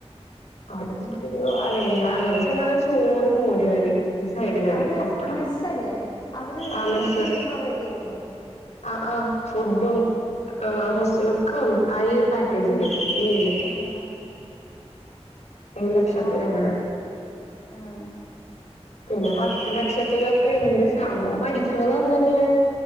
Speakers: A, on the left; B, on the left.
A: അവിടത്തെ പിന്നെ പറയണ്ട ചോറും, മോര് കറി. പിന്നെ സൈഡ് കറി
B: അവര്
A: പപ്പടം
B: മെസ്സ് അല്ലേ അവര്
A: ആഹ്
B: അവര്
A: മെസ്സ്
B: ഫുഡ് പ്രൊവൈഡ് ചെയ്യൂല്ലേ?
A: ആഹ് ആഹ് ഫുഡും ആ ഹോസ്റ്റല് ഒക്കെ ഉള്ളത് ആ ഈ ഒരു പാക്കേജില് ഏഴില്.
B: ആഹ്.
A: ഏഴു ലക്ഷത്തിലങ്ങനെ.
B: എല്ലാം ഉണ്ട്ല്ലേ ആഹ്
A: പിന്നെ പത്ത് ലക്ഷത്തിലൊക്ക ഇണ്ട് സംഭവം പഠിക്കണത് അങ്ങനെയാ.